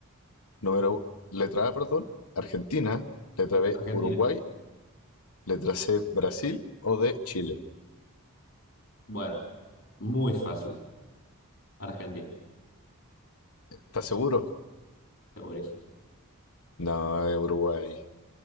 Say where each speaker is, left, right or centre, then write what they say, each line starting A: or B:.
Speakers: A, on the left; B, on the left.
A: Número, letra A, perdón, Argentina. Letra B,
B: Argentina.
A: Uruguay. Letra C, Brasil. O D, Chile.
B: Bueno, muy fácil. Argentina,
A: ¿Estás seguro?
B: segurísimo.
A: No, es Uruguay.